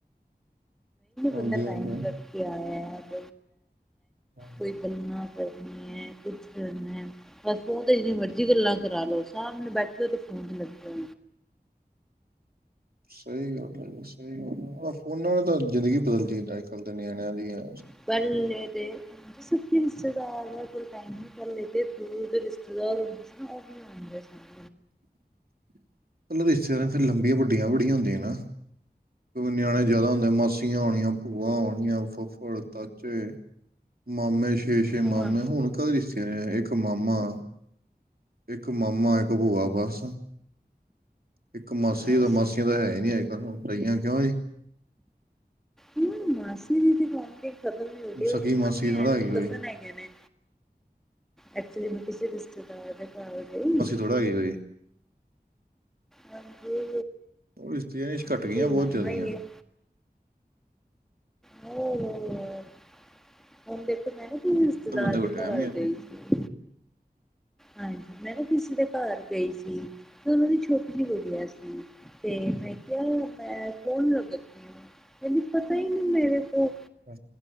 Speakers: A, on the right; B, in the centre.
A: ਹਾਂਜੀ
B: ਬਦਾ ਟਾਈਮ।
A: ਹਾਂਜੀ
B: ਕੇ ਆਇ
A: ਹਾਂ।
B: ਕੋਈ ਗੱਲਾਂ ਕਰਨੀਆਂ ਕੁਝ ਕਰਨਾ ਹੈ। ਬਸ ਫੋਨ ਤੇ ਜਿੰਨੀਆਂ ਮਰਜ਼ੀ ਗੱਲਾਂ ਕਰਾ ਲੋ ਸਾਹਮਣੇ ਬੈਠੇ ਤੇ ਫੋਨ ਚ ਲੱਗੇ।
A: ਸਹੀ ਗੱਲ ਹੈ ਸਹੀ ਫੋਨਾਂ ਨੇ ਤਾਂ ਜ਼ਿੰਦਗੀ ਬਦਲਦੀ ਅੱਜ ਕੱਲ ਦੇ ਨਿਆਣਿਆਂ ਦੀ ਆ
B: <unintelligible> ਦੇ ਸੀ ਰਿਸ਼ਤੇਦਾਰ ਦਾ ਕੋਈ ਟੇ ਤੇ ਦੂਧ ਰਿਸ਼ਤੇਦਾਰ ਹੁੰਦੇ ਸੀ ਹ <unintelligible>
A: <unintelligible> ਪਲ ਰਿਸ਼ਤੇਦਾਰਾਂ ਫਿਰ ਲੰਬੀਆਂ ਵੱਡੀਆਂ ਵੱੜੀਆਂ ਹੁੰਦੀਆਂ ਨਾ। ਨਿਆਣੇ ਜਿਆਦਾ ਹੁੰਦੇ ਮਾਸੀਆਂ ਹੋਣੀਆਂ ਭੂਆ ਆਣੀਆਂ ਫੱਫੜ ਤਾਚੇ ਮਾਮੇ ਛੇ ਛੇ
B: ਹਾਂ
A: ਮਾਮੇ ਹੁਣ ਕਦੇ ਰਿਸ਼ਤੇ ਇੱਕ ਮਾਮਾ ਇੱਕ ਮਾਮਾ ਇੱਕ ਭੂਆ ਬਸ। ਇੱਕ ਮਾਸੀ
B: ਬਸ
A: ਤਾਂ ਮਾਸੀਆਂ ਤਾਂ ਹੈ ਹੀ ਨੀ ਅੱਜ ਕੱਲ ਹੁਣ ਰਹੀਆਂ ਕਿਉਂ ਜੀ।
B: ਹਮ ਮਸੀ ਦੀਦੇ। ਖਬਮ ਨ
A: ਸਕੀ
B: ਹੋ
A: ਮਾਸੀ
B: ਮਾਸੀਆਂ
A: ਥੋੜ੍ਹਾ
B: ਆਆ ਨੇ
A: ਹੈਗੀ
B: ਤੇ
A: ਕੋਈ
B: ਕਜ਼ਨ ਆਈਆ ਨੇ। ਐਕਚੁਲੀ ਮੈਂ ਕਿਸੇ ਰਿਸ਼ਤੇਦਾਰ ਦੇ ਘਰ ਗਈ।
A: ਥੋੜਾ ਕੋਈ।
B: ਹਾਂਜੀ
A: ਉਹ ਇਸਸ਼ਤਰੀਆਂ ਘੱਟ
B: ਮੇਰੇ
A: ਗਈਆਂ ਬਹੁਤ
B: ਮਾਮਾ
A: ਜਿਆਦੀਆਂ।
B: ਹੀ ਹੈ ਹੋ ਹੋ। ਹੁਣ ਦੇਖੋ ਮੈਂ ਨਾ। ਰਿਸ਼ਤੇਦਾਰ
A: ਬੰਦੇ ਕੋਲ
B: ਦੇ
A: ਟੈਮ
B: ਘਰ
A: ਈ ਹੈ
B: ਗਈ
A: ਨੀ।
B: ਸੀ ਹਾਂਜੀ, ਮੈਂ ਨਾ ਕਿਸੀ ਦੇ ਘਰ ਗਈ ਸੀ ਤੇ ਉਹਨਾਂ ਦੀ ਸ਼ੋਪ ਵੀ ਵਧੀਆ ਸੀ। ਤੇ ਮੈਂ ਕਿਹਾ ਮੈਂ ਕੌਣ ਲਗਦੀ ਹਾਂ, ਮੈਨੂੰ ਪਤਾ ਹੀ ਨਹੀਂ ਮੇਰੇ ਤੋਂ
A: ਹਾਂ।